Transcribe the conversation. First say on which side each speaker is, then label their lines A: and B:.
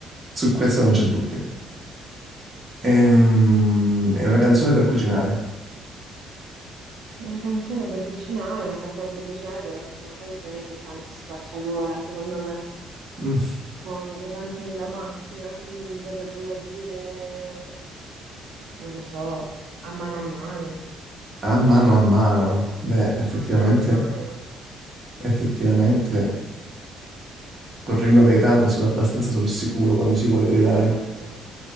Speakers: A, on the right (about 25°); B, on the right (about 75°).
A: su questo non c'è dubbio. Ehm, è una canzone per cucinare.
B: Una canzone per cucinare, una canzone per cucinare deve essere una canzone che canta a squarciagola, secondo me,
A: Mm,
B: come le canzoni da macchina, quindi mi verrebbe da dire... non lo so, a mano a mano,
A: A mano a mano. Beh, effettivamente,
B: a mano a mano.
A: effettivamente. Con Rino Gaetano si
B: Opp-
A: va abbastanza sul sicuro quando si vuole gridare.
B: Esatto.